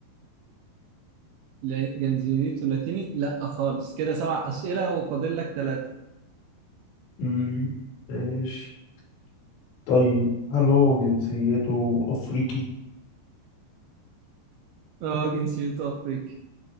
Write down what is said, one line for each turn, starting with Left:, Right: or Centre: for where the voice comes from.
Right: ل- جنسيته لاتيني لا خالص كده سبع أسئلة وفاضل لك ثلاثة
Left: مم، ماشي طيب هل هو جنسيته أفريقي؟
Right: اه جنسيته أفريقي